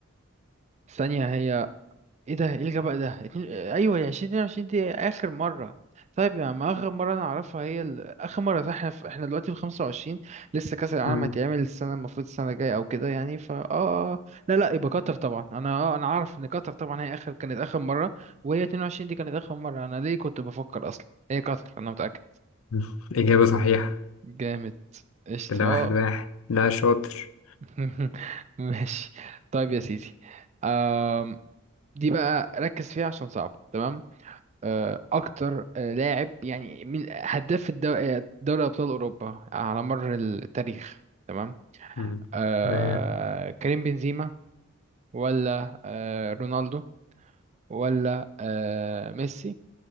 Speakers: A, on the right; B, on the left.
A: ثانية هي ايه ده ايه الغباء ده اتنين... ايوه هي 2022 دي اخر مره طيب يعني ما اخر مره انا اعرفها هي ال... اخر مره صح احنا في... احنا دلوقتي في 25 لسه كاس العالم
B: مم.
A: هيتعمل السنه المفروض السنه الجايه او كده يعني فا اه آه. آه. لا لا يبقى قطر طبعا انا اه انا عارف ان قطر طبعا هي اخر كانت اخر مره وهي 22 دي كانت اخر مره انا ليه كنت بفكر اصلا هي قطر انا متاكد
B: <laughs> إجابة صحيحة
A: جامد قشطة
B: كده واحد
A: اه
B: واحد لا شاطر
A: <laughs> ماشي طيب يا سيدي آم... دي بقى ركز فيها عشان صعبه تمام آه، اكتر آه، لاعب يعني من هداف الدو- آه، دوري ابطال اوروبا على مر التاريخ تمام
B: مم.
A: آه،
B: تمام
A: كريم بنزيما ولا آه، رونالدو ولا آه، ميسي